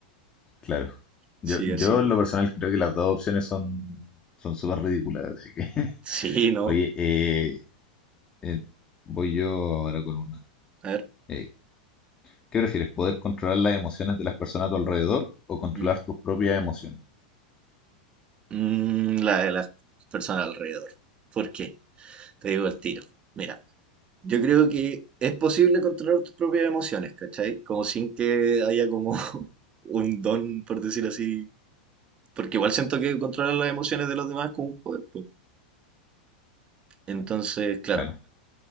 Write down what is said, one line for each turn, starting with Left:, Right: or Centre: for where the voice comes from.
Left: claro. Yo,
Right: Sí,
Left: yo
Right: así que.
Left: en lo personal creo que las dos opciones son son súper ridículas, así que... <laughs>
Right: Sí, no.
Left: Oye, eh, Eh, voy yo ahora con una.
Right: A ver.
Left: Eh, ¿qué prefieres? ¿Poder controlar las emociones de las personas a tu alrededor o controlar
Right: mi-
Left: tus propias emociones?
Right: mm, la de las personas alrededor. ¿Por qué? Te digo el tiro. Mira, yo creo que es posible controlar tus propias emociones, ¿cachai? Como sin que haya como <laughs> un don, por decir así. Porque igual siento que controlar las emociones de los demás es como un poder, po. Entonces, claro,
Left: Claro.